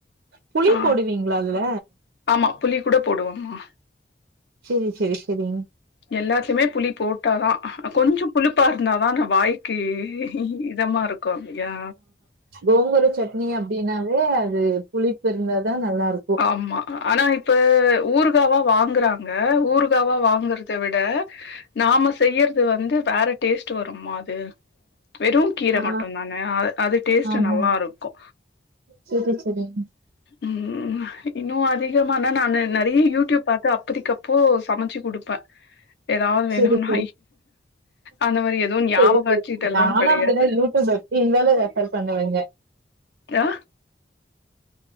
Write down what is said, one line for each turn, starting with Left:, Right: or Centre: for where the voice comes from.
Right: புளி
Left: ஆ
Right: போடுவிங்ளா அதுல
Left: ஆமா புளி கூட போடுவோமா
Right: செரி செரி செரிங்
Left: எல்லாத்துலயுமே புளி போட்ட தா கொஞ்சோ புளிப்பா இருந்தாதா அந்த வாய்க்கு இதமா இருக்கு இல்லயா
Right: கோங்குர சட்னி அப்டின்னாவே அது புளிப்பு இருந்தா தா நல்லா இருக்கு
Left: அம்மா ஆனா இப்ப ஊறுகாவா வாங்கறாங்க ஊறுகாவா வாங்கறத விட நாம செய்யறது வந்து வேற டேஸ்ட் வரும்மா அது வெறு கீர
Right: ஆ
Left: மட்டுந்தான அது அது டேஸ்ட்டு
Right: ஆமா
Left: நல்லா இருக்கு
Right: செரி செரிங்க
Left: ம் இன்னு அதிகமானா நானு நெறையா யூடியூப் பாத்து அப்பதிக்கப் பூ சமச்சு குடுப்ப எதாவது வேணுன்னா
Right: செரி செரி
Left: அந்த மாரி எதுவு ஞாபகோ
Right: செரி செரி
Left: வச்சிட்டு எல்லா
Right: நானு
Left: கெடையாது
Right: அப்டிதா யூடியூப் இருந்தாலு ரெஃபர் பண்ணுவங்க <inaudible>
Left: ஆ